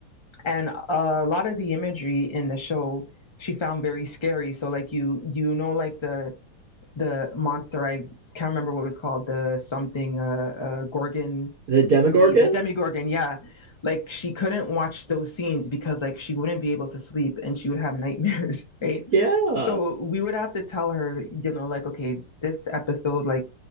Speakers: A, on the left; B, on the right.
A: And a lot of the imagery in the show she found very scary. So like you you know like the the monster I can't remember what it was called the something uh, uh gorgon
B: The Demogorgon?
A: the the demigorgon yeah like she couldn't watch those scenes because like she wouldn't be able to sleep and she would have <laughs> nightmares right
B: Yeah.
A: so we would have to tell her you know like okay this episode like